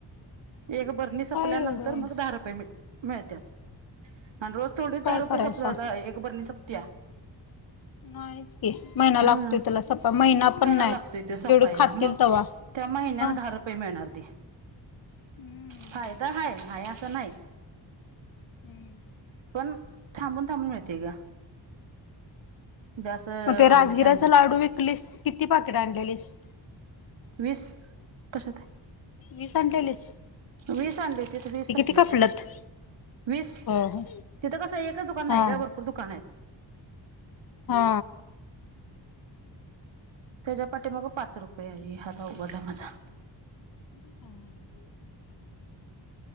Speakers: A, on the right; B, on the left.
A: एक बरणी संपल्यानंतर
B: काय एवढं
A: मग दहा रुपये मिळ मिळत्यात. आणि रोज थोडीच
B: काय
A: दहा रुपये
B: करायचा
A: सप जात एक बरणी सपत्या?
B: नाही च की, महिना
A: हा
B: लागतोय त्याला सपाय महिना पण नाय,
A: लागतोय तो सपायला
B: जेवढे खातील
A: मग
B: तवा.
A: त्या महिन्याने
B: मग
A: दहा रुपये मिळणार ते.
B: हम्म.
A: फायदा हाय, नाही असं नाही.
B: हम्म.
A: पण थांबून, थांबून मिळतेय ग. म्हणजे असं
B: मग ते राजगिराचा
A: काय
B: लाडू विकलीस, किती पाकेट आणलेलीस?
A: वीस. कशात आहे?
B: वीस आणलेलीस
A: वीस आणली होतीत, वीस
B: ते
A: सपलीत.
B: किती कापलत
A: वीस.
B: हो हो
A: तिथं कसं आहे एकच दुकान
B: हा
A: नाही आहे ग, भरपूर दुकान आहेत.
B: हा.
A: त्याच्या पाठी पाच रुपये. हात अवघडला माझा.
B: ह <inaudible>